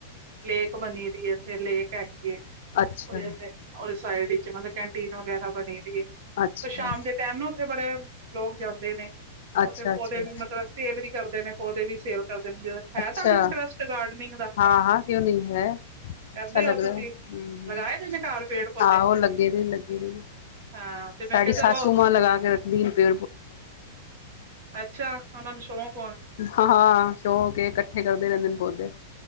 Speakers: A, on the right; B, on the left.
A: ਲੇਕ ਬਣੀ ਦੀ ਏ ਓਥੇ ਲੇਕ ਹੈਗੀ ਏ <unintelligible>
B: ਅੱਛਾ
A: ਸਾਈਡ ਚ ਮਤਲਬ ਕੈਂਟੀਨ ਵਗੈਰਾ ਬਣੀ ਦੀ ਏ
B: ਅੱਛਾ
A: ਪਰ ਸ਼ਾਮ ਦੇ ਟਾਈਮ ਨਾ ਉੱਥੇ ਬੜੇ ਲੋਕ ਜਾਂਦੇ ਨੇ
B: ਅੱਛਾ
A: ਉੱਥੇ
B: ਅੱਛਾ
A: ਪੌਦੇ ਵੀ ਮਤਲਬ ਸੇਵ ਨੀ ਕਰਦੇ ਨੇ ਪੌਦੇ ਵੀ ਸੇਵ ਕਰਦੇ ਨੇ ਜਿ <unintelligible> ਹੈ
B: ਅੱਛਾ
A: ਤਾਨੂੰ ਇੰਟਰਸਟ ਗਾਰਡਨਿੰਗ ਦਾ
B: ਹਾਂ ਹਾਂ ਕਿਉਂ ਨਹੀਂ ਹੈ
A: ਕਰਦੇ
B: ਅੱਛਾ ਲੱਗਦਾ
A: ੳ ਤੁਸੀਂ?
B: ਹਮ ਹਮ
A: ਲਗਾਏ ਦੇ ਨੇ ਘਰ ਪੇੜ ਪੌਦੇ?
B: ਆਹੋ ਲੱਗੇ ਦੇ ਲੱਗੇ ਦੇ ਨੇ,
A: ਹਾਂ ਤੇ ਮੈਂ
B: ਸਾਡੀ
A: ਕਿਹਾ
B: ਸਾਸੂ
A: ਚਲੋ
B: ਮਾਂ ਲਗਾ ਕੇ ਰੱਖਦੀ ਨ ਪੇ
A: ਅੱਛਾ ਓਨਾਂ ਨੂੰ ਸ਼ੌਕ
B: ਹਂ ਹਾਂ, ਹਾਂ ਸ਼ੋਕ ਏ, ਕੱਠੇ ਕਰਦੇ ਰੈਂਦੇ ਨੇ ਪੋਦੇ।